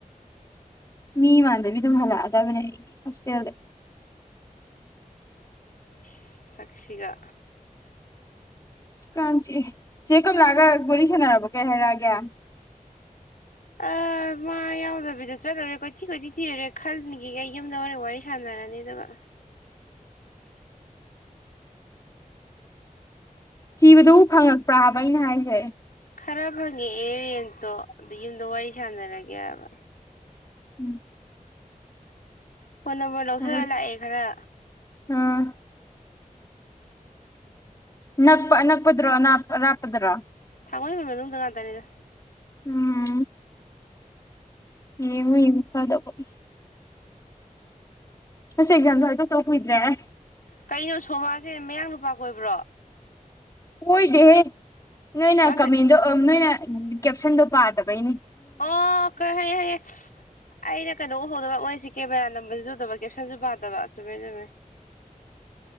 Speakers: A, on the left; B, on the left.
A: ꯃꯤ ꯃꯥꯟꯗꯕꯤ ꯑꯗꯨꯝ ꯍꯜꯂꯛꯑꯗꯕꯅꯦ ꯑꯩ ꯍꯣꯁꯇꯦꯜꯗ
B: ꯏꯁ ꯁꯛꯁꯤꯒ
A: ꯀꯥꯡ ꯆꯤꯛꯏ ꯆꯦ ꯀꯝꯂꯥꯒ ꯋꯥꯔꯤ ꯁꯥꯟꯅꯔꯕꯣ ꯀꯩ ꯍꯥꯏꯔꯛꯑꯒꯦ
B: ꯑ ꯃꯥ ꯌꯥꯎꯗꯕꯤꯗ ꯆꯠꯂꯨꯔꯦ ꯀꯣꯏꯊꯤ ꯀꯣꯏꯊꯤ ꯊꯤꯔꯨꯔꯦ ꯈꯜꯅꯤꯈꯤꯒꯩ ꯌꯨꯝꯗ ꯍꯣꯔꯦꯟ ꯋꯥꯔꯤ ꯁꯥꯟꯅꯔꯅꯤ ꯑꯗꯨꯒ
A: ꯊꯤꯕꯗꯨꯕꯨ ꯐꯪꯉꯛꯄ꯭ꯔꯥ ꯍꯥꯏꯕ ꯑꯩꯅ ꯍꯥꯏꯁꯦ
B: ꯈꯔ ꯐꯪꯉꯛꯑꯦ ꯔꯦꯟꯇꯣ ꯑꯗꯨ ꯌꯨꯝꯗ ꯋꯥꯔꯤ ꯁꯥꯟꯅꯔꯒꯦꯕ
A: ꯎꯝ
B: ꯐꯣꯟ ꯅꯝꯕꯔ ꯂꯧꯁꯜꯂ
A: ꯐꯔꯦ
B: ꯂꯥꯛꯑꯦ ꯈꯔ
A: ꯑꯥ ꯅꯛꯄ ꯑꯅꯛꯄꯗ꯭ꯔꯣ ꯑꯅꯥꯞ ꯑꯔꯥꯞꯄꯗ꯭ꯔꯣ
B: ꯊꯥꯡꯃꯩꯕꯟ ꯃꯅꯨꯡꯗ ꯉꯥꯛꯇꯅꯤꯗ
A: ꯎꯝ ꯌꯦꯡꯉꯨ ꯌꯦꯡꯉꯨ ꯐꯗꯧꯕ ꯑꯍꯝ ꯑꯁ ꯑꯦꯛꯖꯥꯝꯗꯣ ꯍꯥꯏꯗꯣꯛꯇꯕ ꯀꯨꯏꯗ꯭ꯔꯦꯍꯦ
B: ꯀꯩꯅꯣ ꯁꯣꯃꯥꯖꯦ ꯃꯌꯥꯡ ꯅꯨꯄꯥ ꯀꯣꯏꯕ꯭ꯔꯣ
A: ꯀꯣꯏꯗꯦꯍꯦ ꯅꯣꯏꯅ
B: ꯃꯥꯇ
A: ꯀꯃꯦꯟꯗꯣ ꯑꯝ ꯅꯣꯏꯅ ꯀꯦꯞꯁꯟꯗꯣ ꯄꯥꯗꯕꯩꯅꯦ
B: ꯑꯣ ꯀ ꯈꯪꯉꯦ ꯈꯪꯉꯦ ꯈꯪꯉꯦ ꯑꯩꯅ ꯀꯩꯅꯣ ꯎꯍꯧꯗꯕ ꯃꯣꯏꯁꯤ ꯀꯦꯃꯦꯔꯥ ꯅꯝꯕꯗꯨꯁꯨ ꯎꯗꯕ ꯀꯦꯞꯁꯟꯁꯨ ꯄꯥꯗꯕ ꯆꯨꯝꯃꯦ ꯆꯨꯝꯃꯦ